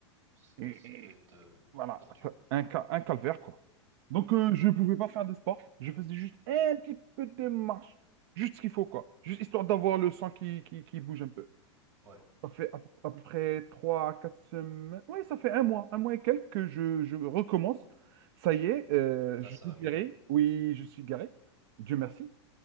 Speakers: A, on the right (about 80°); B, on the right (about 60°).
A: C'est-
B: Et,
A: Ça devait
B: et
A: être euh,
B: voilà,
A: torture.
B: ça- un, ca- un calvaire, quoi. Donc,
A: quoi.
B: euh,
A: Ouais.
B: je ne pouvais pas faire de sport. Je faisais juste un petit peu de marche, juste ce qu'il faut, quoi. Juste histoire d'avoir le sang qui, qui, qui bouge un peu.
A: Ouais.
B: Ça fait à, à peu près trois, à quatre semaines. Oui, ça fait un mois, un mois et quelques que je, je recommence. Ça y est, euh,
A: Là,
B: je
A: ça
B: suis
A: va
B: guéri.
A: mieux.
B: Oui, je suis guéri. Dieu merci.